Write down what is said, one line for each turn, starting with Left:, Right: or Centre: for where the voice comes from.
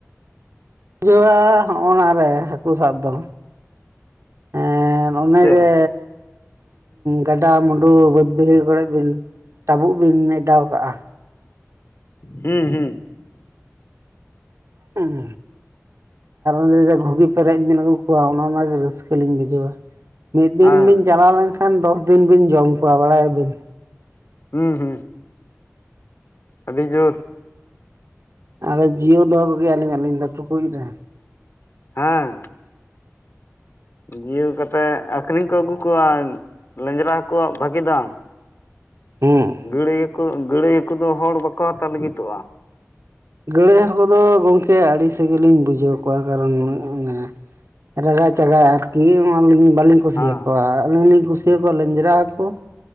Right: ᱡᱚᱜᱼᱟ ᱦᱚᱸ ᱚᱱᱟ ᱨᱮ ᱦᱟᱹᱠᱩ ᱥᱟᱵ ᱫᱚ, ᱮ ᱚᱱᱮ
Left: ᱪᱮᱫ
Right: ᱡᱮ ᱜᱟᱰᱟ, ᱢᱩᱰᱩ, ᱵᱟᱹᱫᱽ, ᱵᱟᱹᱭᱦᱟᱹᱲ ᱠᱚᱨᱮ ᱵᱤᱱ ᱴᱟᱵᱩᱜ ᱵᱤᱱ ᱮᱰᱟᱣ ᱠᱟᱜᱼᱟ᱾
Left: ᱦᱩᱸ ᱦᱩᱸ᱾
Right: ᱦᱩᱸ ᱦᱩ ᱟᱨ ᱜᱷᱩᱜᱤ ᱯᱮᱨᱮᱡ ᱫᱤᱱ ᱟᱹᱜᱩ ᱠᱚᱣᱟ ᱚᱱᱟ ᱢᱟ ᱨᱟᱹᱥᱠᱟᱹ ᱞᱤᱧ ᱵᱩᱡᱷᱟᱹᱣᱟ, ᱢᱤᱫ ᱫᱤᱱ
Left: ᱦᱮᱸ
Right: ᱵᱤᱱ ᱪᱟᱞᱟᱣ ᱞᱮᱱ ᱠᱷᱟᱱ ᱫᱚᱥ ᱫᱤᱱ ᱵᱤᱱ ᱡᱚᱢ ᱠᱚᱣᱟ ᱵᱟᱲᱟᱭ ᱟᱵᱤᱱ?
Left: ᱦᱩᱸ ᱦᱩᱸ᱾ ᱟᱹᱰᱤ ᱡᱳᱨ
Right: ᱟᱫᱚ ᱡᱤᱭᱟᱹᱣ ᱫᱚᱦᱚ ᱠᱚᱜᱮᱭᱟᱹᱞᱤᱧ ᱟᱞᱤᱧ ᱫᱚ ᱴᱩᱠᱩᱡ ᱨᱮ᱾
Left: ᱦᱮᱸ᱾ ᱡᱤᱭᱟᱹᱣ ᱠᱟᱛᱮᱜ ᱟᱹᱠᱷᱨᱤᱧ ᱠᱚ ᱟᱹᱜᱩ ᱠᱚᱣᱟ, ᱞᱮᱸᱡᱽᱨᱟ ᱦᱟᱠᱩᱣᱟᱜ ᱵᱷᱟᱹᱜᱤ ᱫᱟᱢ᱾
Right: ᱦᱩᱸ᱾
Left: ᱜᱟᱹᱲᱟᱹᱭᱟᱹ ᱦᱟᱹᱠᱩ ᱜᱟᱹᱲᱟᱹᱭ ᱦᱟᱹᱠᱩ ᱠᱚᱫᱚ ᱦᱚᱲ ᱵᱟᱠᱚ ᱦᱟᱛᱟᱣ ᱞᱟᱹᱜᱤᱫᱚᱜᱼᱟ᱾
Right: ᱜᱟᱹᱲᱟᱹᱭ ᱦᱟᱹᱠᱩ ᱫᱚ ᱜᱚᱢᱠᱮ ᱟᱹᱲᱤ ᱥᱮᱜᱮ ᱞᱤᱧ ᱵᱩᱡᱷᱟᱹᱣ ᱠᱚᱣᱟ᱾ ᱠᱟᱨᱚᱱ ᱩᱱᱟᱹᱜ ᱢᱟᱱᱮ ᱨᱟᱜᱟ ᱪᱟᱜᱟ ᱟᱨᱠᱤ ᱚᱢᱟ ᱞᱟᱹᱜᱤᱡ ᱵᱟᱹᱞᱤᱧ ᱠᱩᱥᱤᱭ
Left: ᱦᱮᱸ
Right: ᱟᱠᱚᱣᱟ᱾ ᱟᱹᱞᱤᱧ ᱞᱤᱧ ᱠᱩᱥᱤᱭᱟᱠᱚᱣᱟ ᱞᱮᱧᱡᱨᱟ ᱦᱟᱹᱠᱩ᱾